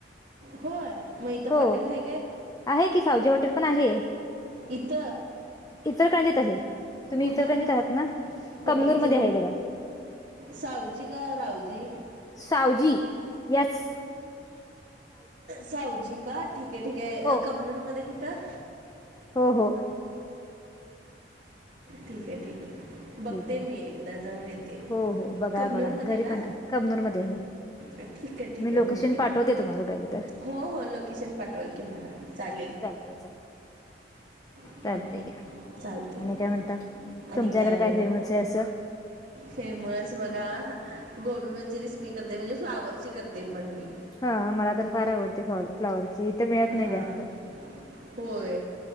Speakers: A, on the right; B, on the left.
A: होय मग इथं
B: हो
A: हॉटेल आहे काय
B: आहे की सावजी हॉटेल पण आहे
A: इथ
B: इफरकंजत आहे तुम्ही
A: कुठं
B: इफरकंजत आहात ना
A: हो
B: कमनूर
A: इचल
B: मध्ये आहे बघा
A: सावजी का रावजी
B: सावजी येस
A: सावजी का ठीक आहे ठीक आहे
B: हो
A: कबनूर मध्ये कुठं?
B: हो हो.
A: ठीक आहे ठीक आहे.
B: ठीक
A: बघते
B: आहे
A: मी एकदा जाऊन येते
B: हो हो बघा
A: कबनूर
B: बघा
A: मध्ये
B: घरी
A: ना-
B: पण कबनूर मध्ये आहे
A: ठीक आहे ठीक
B: मी
A: आहे
B: लोकेशन
A: बघते
B: पाठवते
A: मी
B: तुम्हाला पाहिजे तर
A: हो हो लोकेशन पाठवा के मला चालेल.
B: चालत
A: हम्म,
B: का आणि
A: चालते
B: काय म्हणत
A: आणि
B: तुमच्याकडे
A: नाही
B: काय फेमस
A: मग
B: आहे असं
A: फेमस बघा गोबी मंचुरियस मी करते म्हणजे फ्लावरची करते पण मी
B: हा मला आ तर फार आवडते फॉल फ्लावरची इथ मिळत नाही
A: हां
B: जास्त
A: होय